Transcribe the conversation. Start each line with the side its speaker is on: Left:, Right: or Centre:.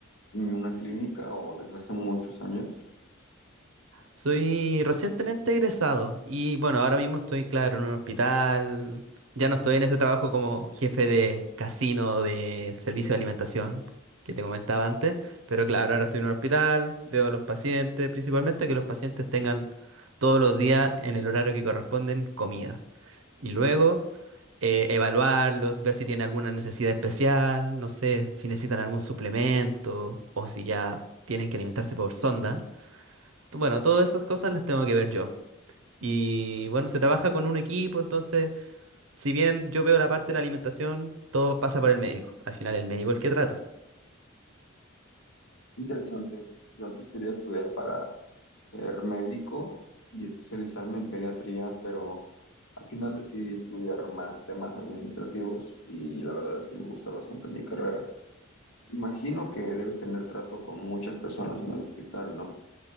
Left: en una clínica o desde hace muchos años.
Right: Soy recientemente egresado y bueno, ahora mismo estoy, claro, en un hospital. Ya no estoy en ese trabajo como jefe de casino de servicio de alimentación que te comentaba antes, pero claro, ahora estoy en un hospital, veo a los pacientes, principalmente que los pacientes tengan todos los días en el horario que corresponden comida. Y luego eh, evaluarlos, ver si tienen alguna necesidad especial, no sé, si necesitan algún suplemento o si ya tienen que alimentarse por sonda. T- Bueno, todas esas cosas las tengo que ver yo. Y bueno, se trabaja con un equipo, entonces, si bien yo veo la parte de la alimentación, todo pasa por el médico. Al final el médico es el que trata.
Left: Interesante. Yo antes quería estudiar para ser médico y especializarme en pediatría, pero al final decidí estudiar más temas administrativos y la verdad es que me gusta bastante mi carrera. Imagino que debes tener trato con muchas personas en el hospital, ¿no?